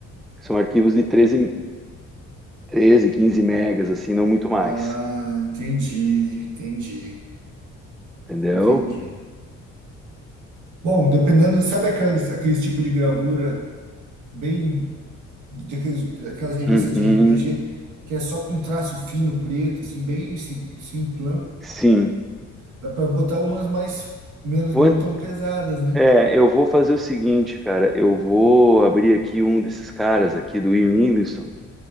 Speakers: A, in the centre; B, on the right.
A: São arquivos de treze treze 15 megas, assim, não muito mais.
B: Ah, entendi, entendi,
A: Entendeu?
B: entendi. Bom, dependendo, sabe aqueles, aqueles tipo de gravura bem daqueles, daquelas revistas
A: Uhum.
B: de RPG que é só com traço fino preto, assim, bem sim- simplão,
A: Sim.
B: dá para botar umas mais menos
A: Vou,
B: não tão pesadas, né?
A: É, eu vou fazer o seguinte, cara. Eu vou abrir aqui um desses caras aqui do Ian Livingstone.